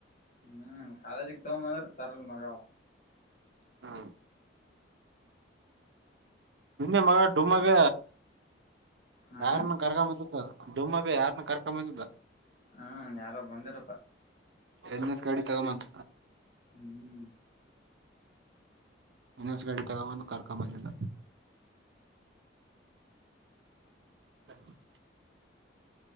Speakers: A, on the left; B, on the right.
A: ಹ್ಮ್ ಕಾಲೇಜಿಗ ತೋ ಬಾ ಅಂದ್ರ ತರಲ್ಲ ಮಗಾ ಅವ.
B: ಹಾ ನಿನ್ನೆ ಮಗ ಡುಮ್ಮಗ್
A: ಹ್ಮ್
B: ಯಾರನ್ನ ಕರ್ಕ ಬಂದಿದ್ದ ಅಲ್. ಡುಮ್ಮಗ್ ಯಾರನ್ನ ಕರ್ಕ ಬಂದಿದ್ದ.
A: ಹ್ಮ ಯಾರೊ ಬಂದಿರಪ್ಪಾ.
B: ಎನ್ ಎಸ್ ಗಾಡಿ ತೊಗೊಬಂದ
A: ಹ್ಮ್
B: ಎನ್ ಎಸ್ ಗಾಡಿ ತಗೊಬಂದ ಕರ್ಕ ಬಂದಿದ್ದ. <unintelligible>